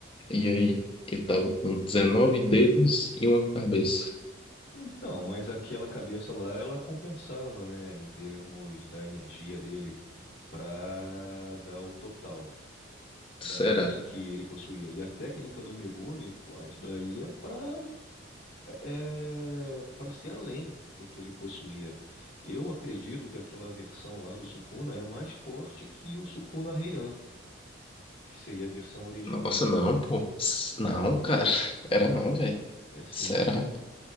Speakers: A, on the left; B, on the left.
A: E aí, ele tava com 19 dedos e uma cabeça.
B: Então, mas aquela cabeça lá, ela compensava, né, em termos da energia dele pra dar o total da
A: Será?
B: força que ele possuía. E a técnica do Megumi, pô, isso daí é pra é, para ser além do que ele possuía. Eu acredito que aquela versão lá do Sukuna é mais forte que o Sukuna Heian, que seria a versão original.
A: Nossa, não, pô. S- Não, cara. Era não, velho.
B: É sim.
A: Será?